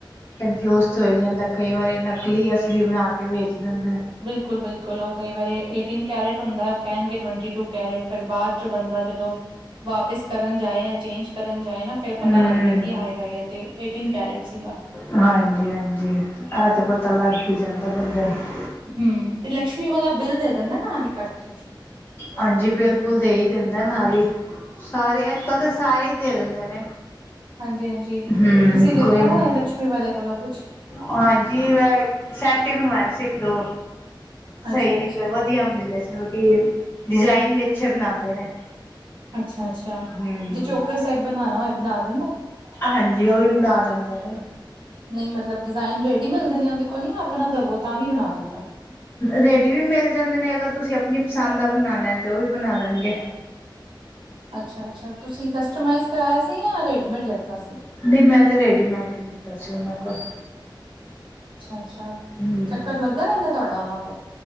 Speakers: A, on the left; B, on the right.
A: ਕਨਫਿਊਜ਼ਡ ਹੋਈ ਜਾਂਦਾ ਕਈ ਵਾਰੀ ਨਕਲੀ ਅਸਲੀ ਬਣਾਕੇ ਵੇਚ ਦਿੰਦੇ ਨੇ।
B: ਬਿਲਕੁਲ-ਬਿਲਕੁਲ, ਉਹ ਕਈ ਵਾਰੀ ਏਟੀਨ ਕੈਰੇਟ ਹੁੰਦਾ, ਉਹ ਕਹਿਣਗੇ ਟਵੰਟੀ ਟੂ ਕੈਰਟ ਫਿਰ ਬਾਅਦ ਚ ਬੰਦਾ ਜਦੋਂ ਵਾਪਿਸ ਕਰਨ ਜਾਏ ਯਾ ਚੇਂਜ ਕਰਨ ਜਾਏ ਨਾ, ਫਿਰ ਪਤਾ
A: ਹਮ
B: ਲੱਗਦਾ, ਕਿ ਹਾਏ-ਹਾਏ ਏਟੀਨ ਕੈਰਟ ਸੀਗਾ।
A: ਹਾਂਜੀ-ਹਾਂਜੀ, ਇਹ ਤੇ ਪਤਾ ਲੱਗ ਹੀ ਜਾਂਦਾ ਬੰਦੇ ਨੂੰ
B: ਹਮ ਤੇ ਲਕਸ਼ਮੀ ਵਾਲਾ ਬਿੱਲ ਦੇ ਦਿੰਦਾ ਨਾਲ ਹੀ ਕੱਟ ਕੇ।
A: ਹਾਂਜੀ ਬਿਲਕੁਲ ਦੇ ਹੀ ਦਿੰਦਾ ਨਾਲ ਹੀ। ਸਾਰੇ, ਅੱਜ ਕੱਲ੍ਹ ਤਾਂ ਸਾਰੇ ਹੀ ਦੇ ਦਿੰਦੇ ਨੇ।
B: ਹਾਂਜੀ-ਹਾਂਜੀ,
A: ਹਮ
B: ਤੁਸੀਂ ਲਿੱਤਾ
A: ਕੋਈ
B: ਹੋਇਆ
A: ਨੀ
B: ਲਕਸ਼ਮੀ ਵਾਲੇ ਕੋਲੋਂ ਕੁਛ?
A: ਹਾਂਜੀ, ਵੈ ਸੈਟ ਹੀ ਬਣਵਾਇਆ ਸੀ ਇੱਕ- ਦੋ ਸਹੀ
B: ਅੱਛਾ ਅੱਛਾ
A: ਨਿਕ ਵਧ ਮਿਲਿਆ ਸੀ, ਮਤਲਬ ਕਿ ਡਿਜ਼ਾਇਨ ਵੀ ਅੱਛੇ ਬਣਾਦੇ ਨੇ।
B: ਅੱਛਾ-ਅੱਛਾ
A: ਹਮ
B: ਜੇ ਚੋਕਰ ਸੈਟ ਬਣਵਾਉਣਾ ਹੋਏ ਬਣਾ ਦਿੰਦੇ ਏ।
A: ਹਾਂਜੀ, ਉਹ ਵੀ ਬਣਾ ਦਿੰਦੇ ਨੇ।
B: ਨਈ, ਮਤਲਬ ਡਿਜ਼ਾਇਨ ਰੈਡੀ ਮਿਲਦੇ ਨੇ ਉਹਦੇ ਕੋਲ ਜਾਂ ਆਪਣਾ ਦਵੋ ਤਾਂ ਵੀ ਬਣਾ ਦਿੰਦਾ?
A: ਰੇਡੀ ਵੀ ਮਿਲ ਜਾਦੇ ਨੇ, ਅਗਰ ਤੁਸੀ ਆਪਣੀ ਪਸੰਦ ਦਾ ਬਣਾਣਾ ਤੇ ਉਹ ਵੀ ਬਣਾ ਦੇਣਗੇ।
B: ਅੱਛਾ-ਅੱਛਾ, ਤੁਸੀਂ ਕਸਟਮਾਈਜ਼ ਕਰਾਇਆ ਸੀ ਜਾਂ ਰੇਡੀਮੇਡ ਲੈਤਾ ਸੀ।
A: ਨਈ, ਮੈ ਤਾਂ ਰੇਡੀਮੇਡ ਹੀ ਲਿਤਾ ਸੀ ਉਹਨਾਂ ਕੋਲ-
B: ਅੱਛਾ-ਅੱਛਾ,
A: ਹਮ
B: ਚੱਕਰ ਲੱਗਦਾ ਰਹਿੰਦਾ ਤੁਹਾਡਾ ਉਹਨਾਂ ਕੋਲ।